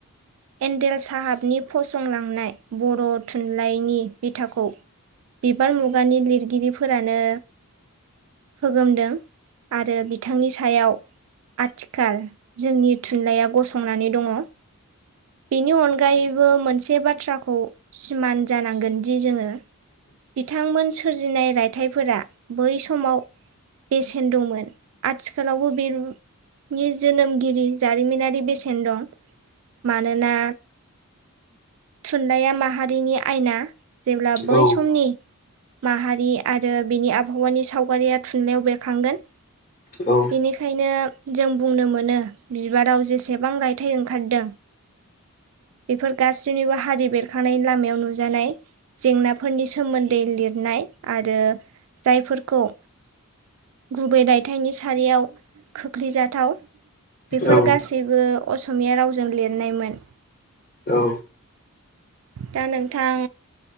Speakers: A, on the right; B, on the left.
A: एन्डेल साहाबनि फसंलांनाय बर' थुनलाइनि बिथाखौ बिबार मुगानि लिरगिरिफोरानो फोगोमदों आरो बिथांनि सायाव आथिखाल जोंनि थुनलाइया गसंनानै दङ बेनि अनगायैबो मोनसे बाथ्राखौ सिमान जानांगोनदि जोङो बिथांमोन सोरजिनाय रायथाइफोरा बै समाव बेसेन दंमोन आथिखालावबो बेनि जोनोमगिरि जारिमिनारि बेसेन दं मानोना थुनलाइया माहारिनि आयना जेब्ला बै
B: औ
A: समनि माहारि आरो बिनि आबहावानि सावगारिया थुनलाइयाव बेरखांगोन
B: औ
A: निखायनो जों बुंनो मोनो बिबाराव जेसेबां रायथाइ ओंखारदों बेफोर गासैनिबो हारि बेरखांनायन लामायाव नुजानाय जेंनाफोरनि सोमोन्दै लिरनाय आरो जायफोरखौ गुबै रायथाइनि सारियाव खोख्लैजाथाव बेफोर
B: औ
A: गासैबो असमिया रावजों लिरनायमोन
B: ओ
A: दा नोंथां